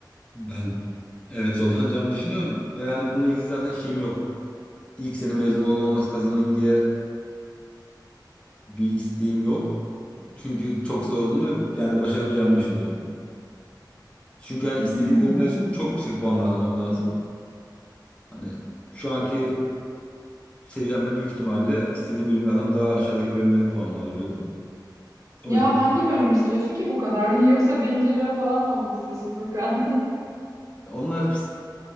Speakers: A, on the left; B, on the right.
A: Ben evet zorlanacağımı düşünüyorum ve yani bununla ilgili zaten şeyim yok. ilk sene mezun olur olmaz kazanayım diye bir isteğim yok. Çünkü çok zor olduğunu ve genelde başaramayacağımı düşünüyorum. Çünkü yani istediğim
B: Hmm.
A: bölümler için çok yüksek puanlar almam lazım. Hani şu anki seviyemde büyük ihtimalle istediğim bölümlerden daha aşağıdaki bölümlerin puanını alabilirim.
B: Ya
A: O yüzden
B: hangi bölüm istiyorsun ki bu kadar? <laughs> Yoksa beyin cerrahı falan mı olmak istiyorsun Furkan?
A: onlar